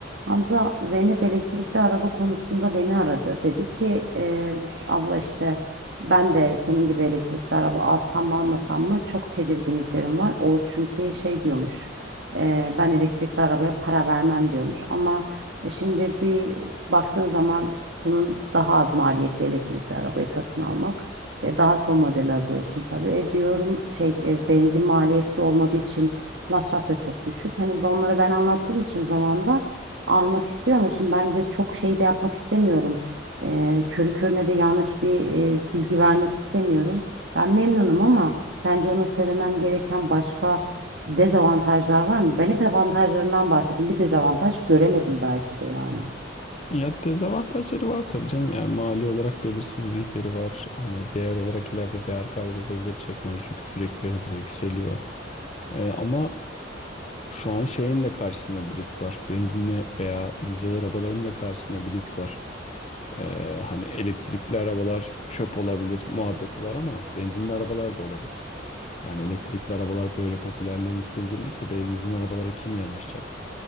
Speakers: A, on the right (about 70°); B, on the left (about 35°).
A: Hamza Zeynep elektrikli araba konusunda beni aradı. Dedi ki e, şu- abla işte ben de senin gibi elektrikli araba alsam mı almasam mı çok tedirginliklerim var. Oğuz çünkü şey diyormuş e, ben elektrikli arabaya para vermem diyormuş. Ama e, şimdi bir baktığın zaman bunun daha az maliyetli elektrikli arabayı satın almak ve daha son model alıyorsun tabii. E diyorum şey e, benzin maliyeti de olmadığı için masraf da çok düşük. Hani onlara ben anlattığım için zamanda almak istiyor ama şimdi ben de çok şey de yapmak istemiyorum. Ee, körü körüne de yanlış bir e, bilgi vermek istemiyorum. Ben memnunum ama sence ona söylemem gereken başka dezavantajlar var mı? Ben hep avantajlarından bahsettim. Bir dezavantaj göremedim belki de yani.
B: Ya dezavantajları var tabii canım. Yani mali olarak belirsizlikleri var. Hani değer olarak ileride değer kaybedebilir teknoloji çünkü sürekli hızla yükseliyor. Ee, ama şu an şeyin de karşısında bir risk var. Benzinli veya dizel arabaların da karşısında bir risk var. Ee, hani elektrikli arabalar çöp olabilir muhabbeti var ama benzinli arabalar da olabilir. Yani elektrikli arabalar böyle popülerliğini sürdürülürse benzin arabalara kim yanaşacak?